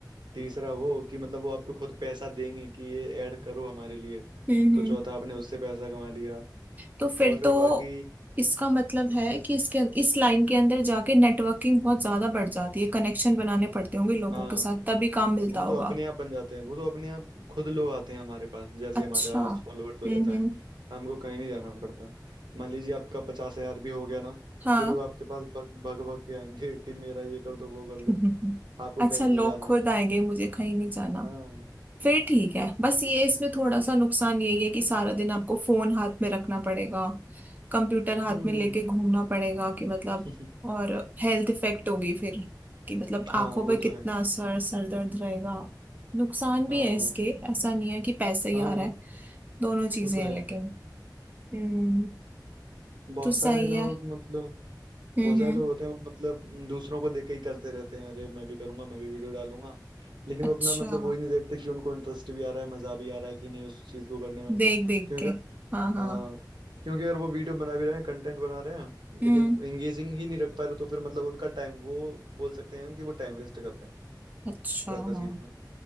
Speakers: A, on the right; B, on the right.
A: तीसरा वो कि मतलब वो आपको खुद पैसा देंगी कि ये ऐड करो हमारे लिए
B: हम्म,
A: तो
B: हम्म।
A: चौथा आपने उससे पैसा कमा लिया
B: तो फिर
A: और फिर
B: तो
A: बाकी
B: इसका
A: हम्म
B: मतलब है
A: हम्म।
B: कि इसके इस लाइन के अंदर जाके नेटवर्किंग बहुत ज्यादा बढ़ जाती है कनेक्शन बनाने पड़ते होंगे लोगों
A: हाँ
B: के साथ तभी काम मिलता
A: वो
B: होगा
A: तो अपने आप बन जाते हैं वो तो अपने आप खुद लोग आते हैं हमारे पास जैसे
B: अच्छा
A: ही हमारे पास फॉलोअर्स हो
B: हम्म
A: जाता है हमको कहीं नहीं जाना पड़ता मान लीजिए आपका पचास हजार भी हो गया ना
B: हाँ
A: तो लोग आपके पास भग भग भग के आएंगे <laughs> कि मेरा ये कर दो वो कर
B: <laughs>
A: दो आपको
B: अच्छा
A: कहीं
B: लोग
A: नहीं जाना
B: खुद
A: है
B: आएंगे मुझे कहीं नहीं जाना
A: हाँ
B: फिर ठीक है बस ये इसमें थोड़ा सा नुकसान यही है कि सारा दिन आपको फोन हाथ में रखना पड़ेगा कंप्यूटर हाथ
A: हम्म
B: में लेके घूमना पड़ेगा कि मतलब
A: <laughs>
B: और हेल्थ इफेक्ट होगी फिर कि मतलब
A: हाँ
B: आंखों पे
A: वो
B: कितना
A: तो है
B: असर सर दर्द रहेगा नुकसान भी
A: हाँ
B: है इसके ऐसा नहीं है कि पैसे ही
A: हाँ
B: आ रहा है दोनों चीजें
A: वो तो है
B: हैं लेकिन हम्म
A: बहुत
B: तो
A: सारे
B: सही
A: लोग
B: है
A: मतलब
B: हम्म
A: बहुत सारे
B: हम्म
A: लोग होते हैं वो मतलब दूसरों को देख के ही करते रहते हैं अरे मैं भी करूंगा मैं भी वीडियो डालूंगा लेकिन
B: अच्छा
A: वो अपना मतलब वो ही नहीं देखते कि उनको इंटरेस्ट भी आ रहा है मजा भी आ रहा है कि नहीं उस चीज को करने में
B: देख देख
A: क्योंकि
B: के
A: अगर-
B: हाँ हाँ
A: हाँ क्योंकि अगर वो वीडियो बना भी रहे हैं कंटेंट बना रहे हैं
B: हम्म
A: लेकिन एंगेजिंग ही नहीं रख पा रहे तो फिर मतलब उनका टाइम वो बोल सकते हैं हम कि वो टाइम वेस्ट कर रहे हैं
B: अच्छा
A: वैसा
B: हाँ।
A: चीज में